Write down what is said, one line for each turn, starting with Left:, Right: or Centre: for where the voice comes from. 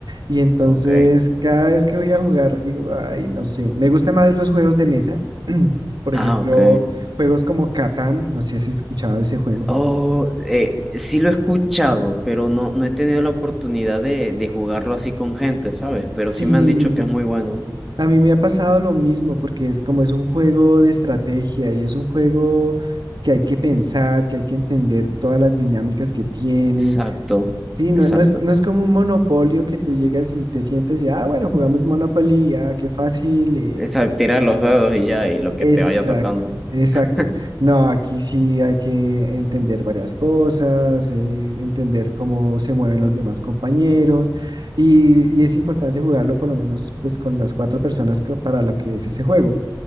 Right: Y entonces
Centre: Ok.
Right: cada vez que voy a jugar, digo, ay, no sé. Me gustan más los juegos de mesa. <clears throat> Por
Centre: Ah,
Right: ejemplo,
Centre: ok.
Right: juegos como Catán, no sé si has escuchado ese juego.
Centre: Oh, eh, sí lo he escuchado, pero no, no he tenido la oportunidad de, de jugarlo así con gente, ¿sabes? Pero
Right: Sí,
Centre: sí me han dicho que es muy bueno.
Right: A mí me ha pasado lo mismo, porque es como es un juego de estrategia y es un juego que hay que pensar, que hay que entender todas las dinámicas que tiene.
Centre: Exacto,
Right: Sí, no,
Centre: exacto.
Right: no es, no es como un monopolio que tú llegas y te sientas y, ah, bueno, jugamos Monopoly, ah, qué fácil, eh,
Centre: Exacto, tirar los dados y ya, y lo que
Right: Exacto,
Centre: te vaya tocando.
Right: exacto.
Centre: <laughs>
Right: No, aquí sí hay que entender varias cosas, eh, entender cómo se mueven los demás compañeros y, y es importante jugarlo por lo menos pues con las cuatro personas que- para lo que es ese juego.